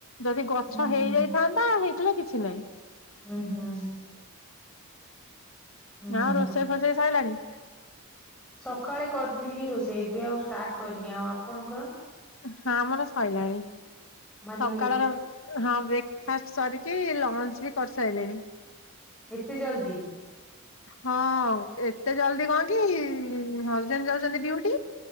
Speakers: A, on the left; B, in the centre.
A: ଯଦି ଗଛ
B: ହୁଁ।
A: ହେଇଯାଇଥାନ୍ତା ହେଇଥିଲେ କିଛି ନାହିଁ।
B: ହୁଁ ହୁଁ। ହୁଁ
A: ଆଉ
B: ହୁଁ
A: ରୋଷେଇ ଫୋସେଇ ସଇଲାଣି?
B: ସକାଳେ କରିଥିଲି ରୋଷେଇ ଏବେ ଆଉ ଷ୍ଟାର୍ଟ କରିନି ଆଉ ଆପଣଙ୍କର?
A: ହଁ ଆମର ସଇଲାଣି
B: ମାନେ
A: ସକାଳର ହଁ ବ୍ରେକଫାଷ୍ଟ ସରିକି ଲଞ୍ଚ ବି କରିସାଇଲେଣି।
B: ଏତେ ଜଲ୍ଦି?
A: ହଁ ଏତେ ଜଲଦି କଣ କି ହଜବେଣ୍ଡ ଯାଉଚନ୍ତି ଡ଼ିଉଟି